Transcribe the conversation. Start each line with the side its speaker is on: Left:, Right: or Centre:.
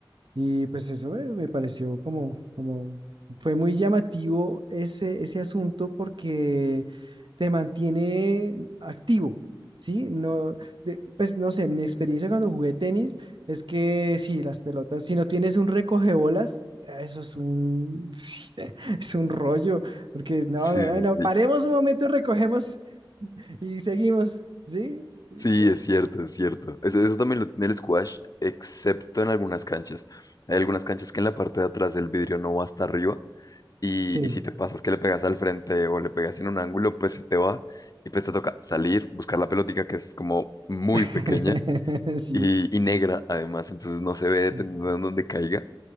Right: Y pues eso eh, me pareció como, como, fue muy llamativo ese, ese asunto porque te mantiene activo, ¿sí? No, de- pues no sé, en mi experiencia cuando jugué tenis es que sí, las pelotas, si no tienes un recogebolas, eso es un, <laughs> sí, es un rollo, porque no,
Left: Sí,
Right: bueno,
Left: sí, sí.
Right: paremos un momento y recogemos y seguimos, ¿sí? Entonces,
Left: Sí, es cierto, es cierto. Eso, eso también lo tiene el squash, excepto en algunas canchas. Hay algunas canchas que en la parte de atrás el vidrio no va hasta arriba y,
Right: sí,
Left: y si te pasas que le pegas al frente o le pegas en un ángulo, pues se te va y pues te toca salir, buscar la pelotica que es como muy
Right: <laughs>
Left: pequeña
Right: sí,
Left: y, y negra además, entonces no se ve
Right: sí,
Left: dependiendo de dónde caiga.